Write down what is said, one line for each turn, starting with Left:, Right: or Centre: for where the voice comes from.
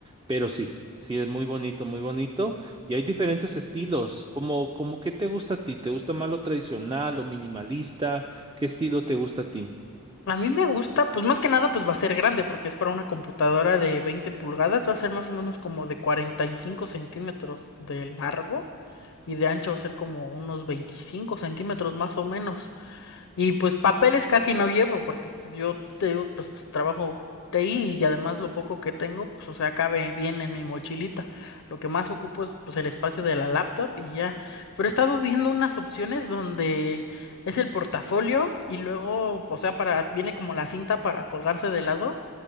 Right: pero sí, sí es muy bonito, muy bonito y hay diferentes estilos, como, como ¿qué te gusta a ti? ¿Te gusta más lo tradicional, lo minimalista? ¿Qué estilo te gusta a ti?
Left: A mí me gusta, pues más que nada, pues va a ser grande, porque es para una computadora de 20 pulgadas, va a ser más o menos como de 45 centímetros de largo y de ancho va a ser como unos 25 centímetros más o menos. Y pues papeles casi no llevo, porque pues, yo te digo, pues trabajo TI y además lo poco que tengo, pues o sea, cabe bien en mi mochilita. Lo que más ocupo es pues el espacio de la laptop y ya. Pero he estado viendo unas opciones donde es el portafolio y luego, o sea, para, viene como la cinta para colgarse de lado.